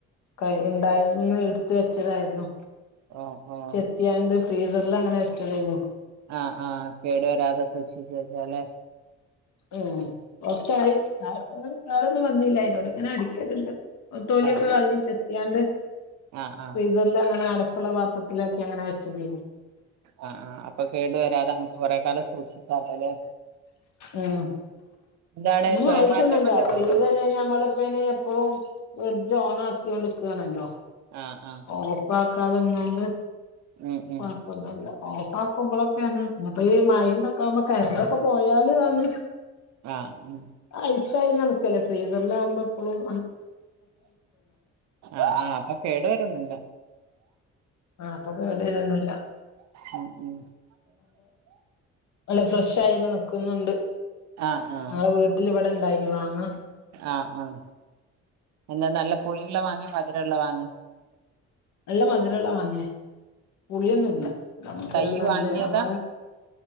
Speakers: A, on the left; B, on the right.
A: കയി ഉണ്ടായിന്ന് എടുത്ത വെച്ച ഇതായിരുന്നു.
B: ഓ ഓ
A: ചെത്തിയാൻട് ഫ്രീസറില് അങ്ങനെ വച്ചതായിരുന്നു.
B: ആ ആ കേടു വരാതെ സൂക്ഷിച്ച വച്ചാലേ
A: ഉം ഒക്കായി ആ കാളൊന്നും വന്നില്ല അോട് ഇങ്ങനെ അടുക്കലണ്ട് തോലിയൊക്കെ
B: ആഹ്
A: കളഞ്ഞ ചെത്തിയാണ്ട്
B: ആഹ് ആഹ്
A: ഫ്രീസറില് അങ്ങനെ അട പ്പള പാത്രത്തിലൊക്കെ അങ്ങനെ വെച്ചത്
B: ആ ആ അപ്പൊ കേടു വരാതെ നമ്മുക്ക് കൊറെ കാലം സൂക്ഷിക്കാലോ അല്ലേ
A: ഉം
B: എന്താണ്
A: ഒന്നും
B: സ്വയമാറ്റം
A: ആവശ്യൊന്നുമില്ല
B: വല്ലതും
A: പിന്നീത
B: ഉണ്ടോ
A: തന്നെ ഞമ്മളപ്പെ എപ്പഴും ഫ്രിഡ്ജ് ഓൺ ആക്കിൊണ്ട്ിരിക്കാനല്ലോ
B: ആഹ് ആഹ്
A: ഓഫ് ആക്കാതെ ഇന്നോണ്ട്
B: ഉം ഉം
A: കൊഴപ്പൊന്നല്ല ഓപ്പ ആക്കുമ്പോളൊക്കെയാണ് ഇപ്പ ഈ മഴ നൊക്കാ്പൊ ക അപ്പൊ പോയാല് വന്ന്
B: ആഹ് ഉം
A: അഴച്ചായി ഫ്രീസറില ആവുമ്പോ എഴും
B: ആ ആഹ അപ്പൊ കേടുവരന്നല്ല
A: ആഹ അപ്പൊ കേടയിലൊന്നുംില്ല
B: ഉം ഉം
A: അല്ല ഫ്രഷ ആയിന് നിൽക്കുന്നുണ്ട്
B: ആഹ് ആഹ്
A: ഞങ്ങളെ വീട്ടിൽ ഇവിടെ ഇണ്ടായിനി വാങ്ങാം
B: ആഹ് ആഹ എന്താ നല്ല പുളികുള്ള മാങ്ങ മധുരുള്ള മാങ്ങ
A: നല്ല മധുരല്ല മാങ്ങ പുളിയൊന്നുംല്ലല്ലാം
B: ഉം തൈ വാങ്ങിയതാ
A: അല്ലേ അത